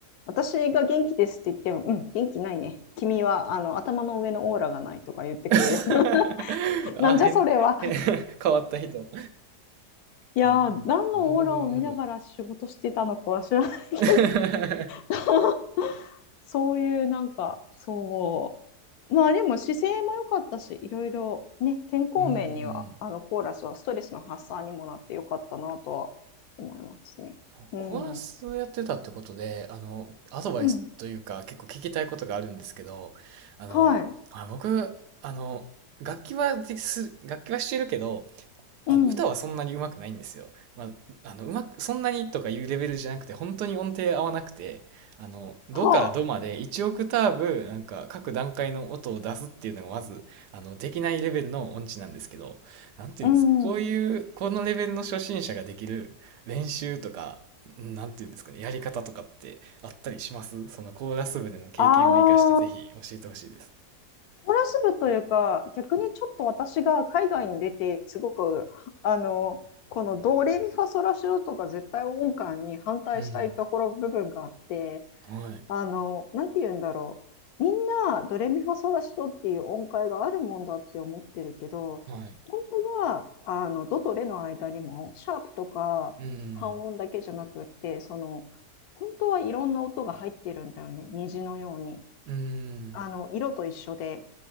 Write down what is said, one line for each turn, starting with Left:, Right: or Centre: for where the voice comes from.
Left: 私が元気ですって言っても、うん、元気ないね。君は、あの、頭の上のオーラがないとか言ってくるような。
Right: <laughs>
Left: <laughs>
Right: あ、
Left: なんじゃそれは。
Right: 変変変わった人。
Left: いやー、
Right: ああ、
Left: 何のオーラを見ながら仕事してたのかは知らないけ
Right: なるほどなるほど。<laughs>
Left: ど、<laughs> そういう、なんか、そう。まあでも姿勢も良かったし、いろいろね、健康面には、
Right: うんうんうん。
Left: あのコーラスはストレスの発散にもなって良かったなとは思いますね。
Right: そう、
Left: うん。
Right: コーラスをやってたってことで、あの、アドバイスというか、
Left: うん。
Right: 結構聞きたいことがあるんですけど、あの、
Left: はい。
Right: あ、僕、あの、楽器はです、楽器はしてるけど、
Left: うん。
Right: あの歌はそんなに上手くないんですよ。まあ、あの、うまく、そんなにとかいうレベルじゃなくて、本当に音程合わなくて、あの、ドからドまで1オクターブ、
Left: はあ。
Right: なんか各段階の音を出すっていうのがまず、あの、できないレベルの音痴なんですけど、なんていうんですか、
Left: うん。
Right: こういう、このレベルの初心者ができる練習とか、なんていうんですかね、やり方とかってあったりしますそのコーラス部での経験も活かしてぜひ教えてほしいです。
Left: ああ、コーラス部というか、逆にちょっと私が海外に出て、すごく、あの、このドレミファソラシドとか絶対音感に反対したいところ部分があって、
Right: うん。はい。
Left: あの、なんて言うんだろう。みんな、ドレミファソラシドっていう音階があるもんだって思ってるけど、
Right: はい。
Left: 本当は、あの、ドとレの間にも、シャープとか半音だけじゃなくって、
Right: うん。
Left: その、本当はいろんな音が入ってるんだよね。虹のように。
Right: うん。
Left: あの、色と一緒で。